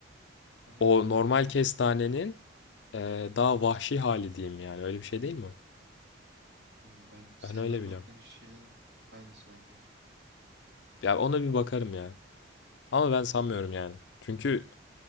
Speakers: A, on the right; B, on the left.
A: O neydi
B: O
A: onu
B: normal
A: da hatırlamıyorum.
B: kestanenin Ee, daha vahşi hali diyeyim yani. Öyle bir şey değil mi?
A: Bilmiyorum ben senin
B: Ben öyle
A: anlattığın
B: biliyorum.
A: şeyin aynısı bence.
B: Ya ona bir bakarım ya. Ama ben sanmıyorum
A: Yani,
B: yani. Çünkü